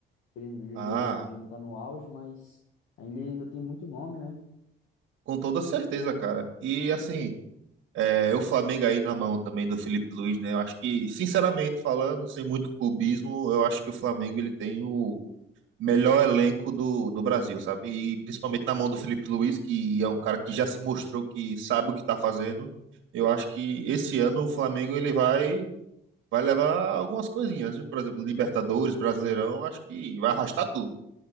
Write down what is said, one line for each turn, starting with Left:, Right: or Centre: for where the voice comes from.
Left: Infelizmente, hoje,
Right: Ah,
Left: hoje em dia não tá no auge, mas ele ainda tem muito nome, né?
Right: com toda certeza, cara. E assim, é, o Flamengo aí na mão também do Felipe Luiz, né? Eu acho que, sinceramente falando, sem muito clubismo, eu acho que o Flamengo ele tem o melhor elenco do, do Brasil, sabe? E principalmente na mão do Felipe Luiz, que é um cara que já se mostrou que sabe o que tá fazendo. Eu acho que esse ano o Flamengo ele vai vai levar algumas coisinhas, viu? Por exemplo, Libertadores, Brasileirão, acho que vai arrastar tudo.